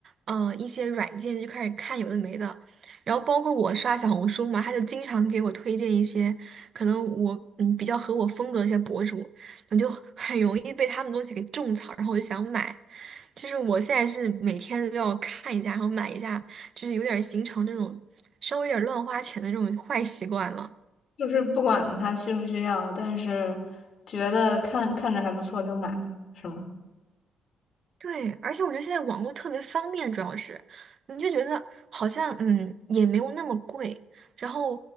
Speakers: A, on the right; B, on the left.
A: 嗯、一些软件就开始看有的没的。然后包括我刷小红书嘛，他就经常给我推荐一些可能我嗯比较合我风格的一些博主，我就很容易被他们东西给种草，然后我就想买。就是我现在是每天都要看一下，然后买一下，就是有点儿形成这种稍微有点儿乱花钱的这种坏习惯了。
B: 就是不管他需不需要，但是觉得看看着还不错就买了，是吗？
A: 对，而且我觉得现在网络特别方便，主要是你就觉得好像嗯也没有那么贵，然后